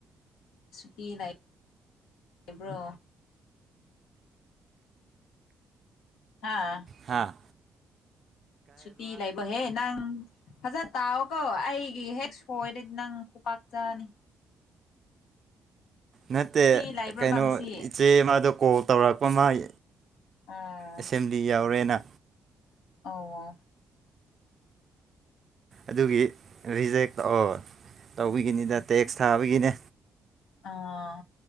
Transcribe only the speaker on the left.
ꯁꯨꯇꯤ ꯂꯩꯕ꯭ꯔꯣ ꯍꯥꯥ
ꯁꯨꯇꯤ ꯂꯩꯕꯍꯦ ꯅꯪ ꯐꯖ ꯇꯥꯎꯑꯣꯀꯣ ꯑꯩꯒꯤ ꯍꯦꯛ ꯁꯣꯏꯔꯗꯤ ꯅꯪ ꯈꯨꯄꯥꯛ ꯆꯥꯅꯤ
ꯁꯨꯇꯤ ꯂꯩꯕ꯭ꯔꯕ
ꯉꯁꯤ
ꯑꯣ
ꯑꯣ ꯑꯣ
ꯑꯥ